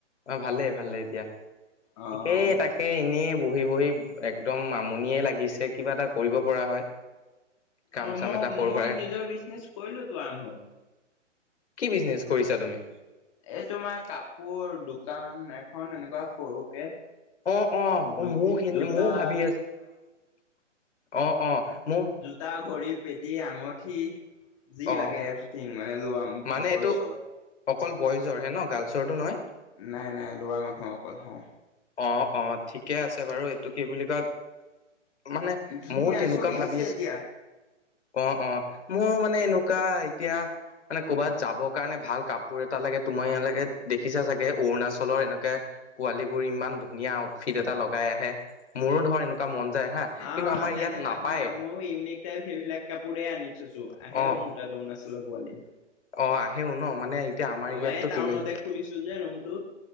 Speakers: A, on the left (about 65°); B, on the left (about 25°).
A: অ' ভালেই ভালেই এতিয়া
B: অ',
A: কেই তাক তাকে এনেই বহি বহি একদম আমনিয়ে লাগিছে কিবা এটা কৰিব পৰা হয়। কাম
B: অ'
A: চাম
B: মই
A: এটা সৰু
B: মই
A: সুৰা
B: নিজৰ বিজনেচ কৰিলো তো আৰম্ভ।
A: কি বিজনেছ কৰিছা তুমি?
B: এই তোমাৰ কাপোৰ দোকান এখন এনেকুৱা সৰুকে
A: অ' অ'
B: জো
A: মোৰ খিনি
B: জোতা
A: ময় ভাবি আছো অ' অ মোৰ
B: তাৰ ঘড়ী পেটি আঙঠি যি
A: অ
B: লাগে এভ্ৰিথিং মানে লোৱা
A: মানে
B: বয়চৰ
A: এইটো অকল বয়জৰ হে ন গাৰ্লছৰটো নহয়?
B: নাই নাই লৰা মানুহ অকল হে।
A: অ' অ' ঠিকে আছে বাৰু এইটো কি বুলি কয় মানে
B: ধুনীয়া
A: ময় তেনেকুৱা
B: চলি
A: ভাবি
B: আছে
A: আছো
B: এতিয়া।
A: অ' অ' মোৰ মানে এনেকুৱা এতিয়া মানে ক'ৰবাত যাবৰ কাৰণে ভাল কাপোৰ এটা লাগে তুমাৰ ইয়ালৈকে দেখিছা চাগে অৰুণাচলৰ এনেকে পোৱালীবোৰ ইমান ধুনীয়া আউটফিট এটা লগাই আহে, মোৰো ধৰ এনেকুৱা মন যায় হা।
B: আ,
A: কিন্তু আমাৰ
B: সেনেকা,
A: ইয়াত নাপায়
B: সেনেকা ময়ো ইউনিক <unintelligible> সেইবিলাক কাপোৰে আনি থৈছোঁ, আহেও
A: অ',
B: মোৰ তাত অৰুণাচলৰ পোৱালী।
A: অ' আহেও ন? মানে এতিয়া আমাৰ
B: তোমাৰ,
A: ইয়াততো
B: এই টাউনতে
A: তেনে
B: খুলিছোঁ যে ৰুমটো।